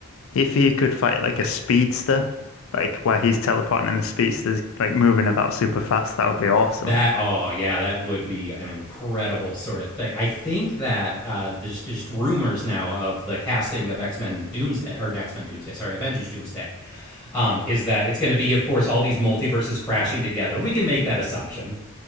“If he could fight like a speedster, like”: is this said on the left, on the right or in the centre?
Left